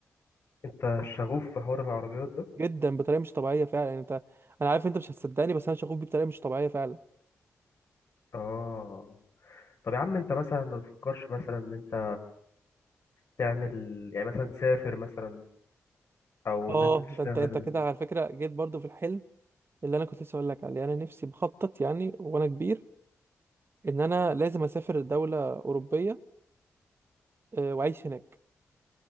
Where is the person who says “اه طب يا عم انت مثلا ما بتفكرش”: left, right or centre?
Left